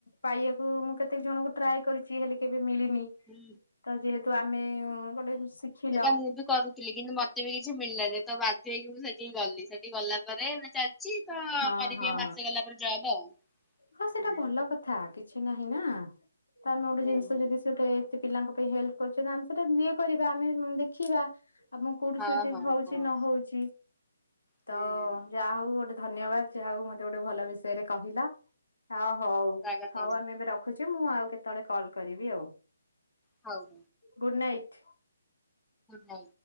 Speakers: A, on the left (about 80°); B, in the centre.
A: ପାଇବାକୁ ମୁଁ କେତେ ଜଣଙ୍କୁ ଟ୍ରାଏ କରିଚି। ହେଲେ କେବେ ମିଳିନି,
B: ହୁଁ
A: ତ ଯେହେତୁ ଆମେ ଗୋଟେ ଶିଖିଲ
B: ସେଟା ମୁଁ ବି କରୁଥିଲି କିନ୍ତୁ ମୋତେ ବି କିଛି ମିଳିଲାନି। ତ ବାଧ୍ଯ ହେଇକି ମୁଁ ସେଠିକି ଗଲି। ସେଠି ଗଲା ପରେ ଏବେ ଚାଲ ଚି, ତ
A: ହଁ
B: କରିବି
A: ହଁ।
B: ଆଉ ମାସେ ଗଲା ପରେ ଜବ୍ ଆଉ।
A: ହଁ ସେଟା
B: ହୁଁ
A: ଭଲ କଥା। କିଛି ନାହିଁ ନା। ତ ଆମେ ଗୋଟେ
B: ହୁଁ
A: ଜିନିଷ
B: ହୁଁ
A: ଯଦି ସେ ଗୋଟେ ସେ ପିଲାଙ୍କ ପାଇଁ ହେଲ୍ପ କରୁଚନ୍ତି। ଆମେ ସେଟା ଇଏ କରିବା ଆମେ ଉଁ ଦେଖିବା। ଆମକୁ କୋଉଠି
B: ହଁ
A: ସୁଇଟେବ
B: ହଁ
A: ହଉଛି
B: ହଁ
A: ନ ହଉଛି
B: ହୁଁ
A: ତ ଯାହା ହଉ ଗୋଟେ ଧନ୍ୟବାଦ ଯାହଉ ମୋତେ ଗୋଟେ ଭଲ ବିଷୟରେ କହିଲ। ହୋ ହଉ,
B: ସ୍ୱାଗତମ୍
A: ହଉ ଆମେ ଏବେ ରଖୁଛି। ମୁଁ ଆଉ କେତେବେଳେ କଲ୍ କରିବି ଆଉ।
B: ହଉ।
A: Good night.
B: ନାଇ।